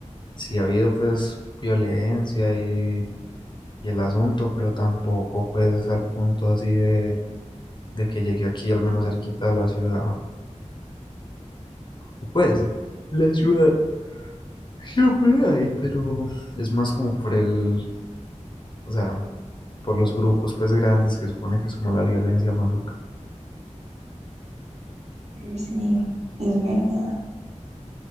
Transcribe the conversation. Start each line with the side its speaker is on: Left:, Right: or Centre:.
Left: sí ha habido pues violencia y, y el asunto, pero tampoco pues al punto así de, de que llegué aquí al menos cerquita de la ciudad. O pues, la ciudad siempre hay, pero es más como por el, o sea, por los grupos pues grandes que supone que es como la violencia maluca.
Right: Sí, es verdad.